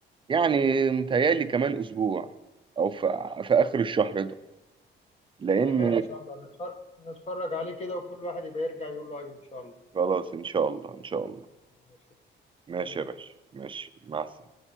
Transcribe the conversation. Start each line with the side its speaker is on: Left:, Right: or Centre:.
Right: يعني متهيألي كمان اسبوع او في, في اخر الشهر ده لان
Left: تمام ان شاء الله نتفرج نتفرج عليه كده وكل واحد يبقى يرجع يقول له ايوه ان شاء الله
Right: خلاص ان شاء الله ان شاء الله
Left: ماشي
Right: ماشي
Left: تمام
Right: يا باشا ماشي مع السلامة